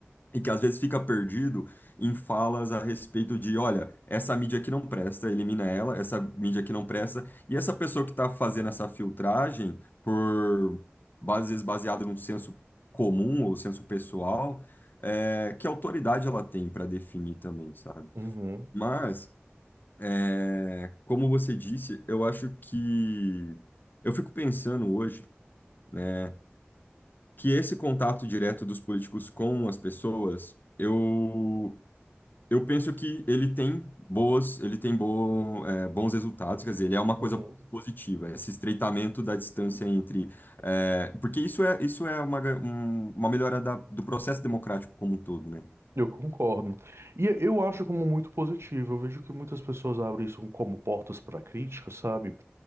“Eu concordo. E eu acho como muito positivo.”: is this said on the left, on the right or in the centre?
Right